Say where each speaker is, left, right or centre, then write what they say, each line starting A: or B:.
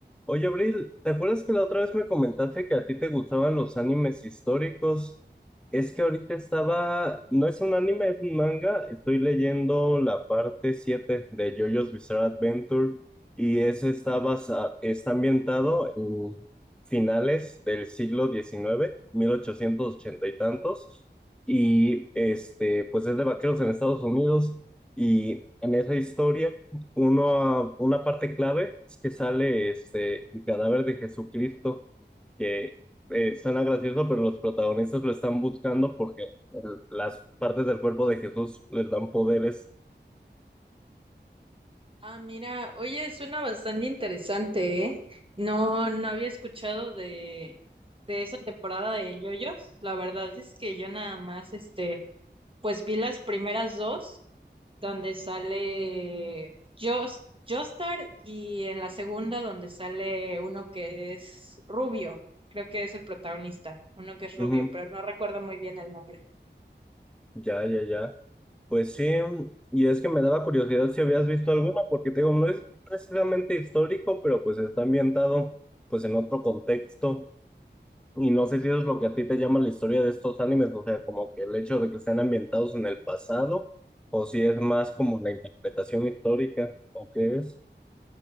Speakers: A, in the centre; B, on the right.
A: Oye, Abril, ¿te acuerdas que la otra vez me comentaste que a ti te gustaban los animes históricos? Es que ahorita estaba, no es un anime, es un manga, estoy leyendo la parte 7 de JoJo's Bizarre Adventure y ese está, basa, está ambientado en finales del siglo diecinueve, mil ochocientos ochenta y tantos, y este, pues es de vaqueros en Estados Unidos y en esa historia uno, una parte clave es que sale este, el cadáver de Jesucristo, que eh, suena gracioso, pero los protagonistas lo están buscando porque el- las partes del cuerpo de Jesús les dan poderes.
B: Ah, mira, oye, suena bastante interesante, ¿eh? No, no había escuchado de, de esa temporada de JoJo's. La verdad es que yo nada más, este, pues vi las primeras dos, donde sale Jos- Joestar y en la segunda donde sale uno que es rubio. Creo que es el protagonista, uno que es rubio,
A: Ujú.
B: pero no recuerdo muy bien el nombre.
A: Ya, ya, ya. Pues sí, y es que me daba curiosidad si habías visto alguna, porque te digo, no es precisamente histórico, pero pues está ambientado pues en otro contexto. Y no sé si eso es lo que a ti te llama la historia de estos animes, o sea, como que el hecho de que estén ambientados en el pasado, o si es más como la interpretación histórica, o qué es.